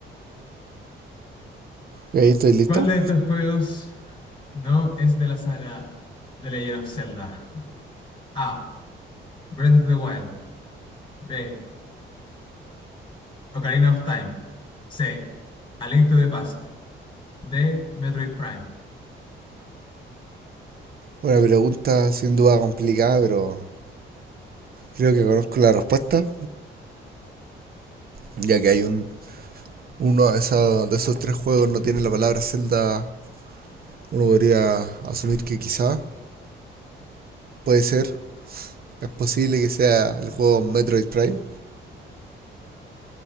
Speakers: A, on the right; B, on the left.
A: ¿Y ahí estoy listo?
B: ¿Cuál de estos juegos no es de la saga The Legend of Zelda? A. Breath of the Wild. B. Ocarina of Time. C. A Link to the Past. D. Metroid Prime.
A: Una pregunta sin duda complicada, pero creo que conozco la respuesta, ya que hay un uno de, esos- de esos tres juegos no tiene la palabra Zelda. Uno podría asumir que quizá puede ser, es posible que sea el juego Metroid Prime.